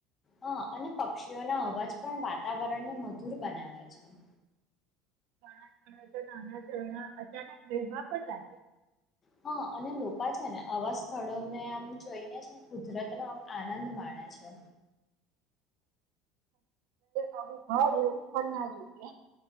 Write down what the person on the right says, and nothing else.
<unintelligible> અચાનક વવા પણ લાગે.
આવું <unintelligible> ના જોઈએ.